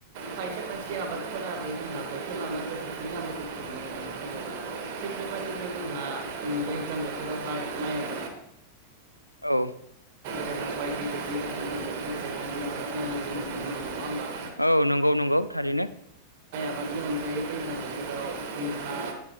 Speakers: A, on the right (about 50°); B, on the left (about 85°).
A: खायसे खायसे आबादफोराबो जोंहा बोथोर लानानै बोथोरखौ <inaudible> आ थिग बेबायदिनो जोंहा बे दैज्लां बोथोरबावहाय माइ आ
B: औ
A: <unintelligible> नङा होमबा
B: औ नंगौ नंगौ थारैनो
A: बेदि अनगायै दैजां बोथोराव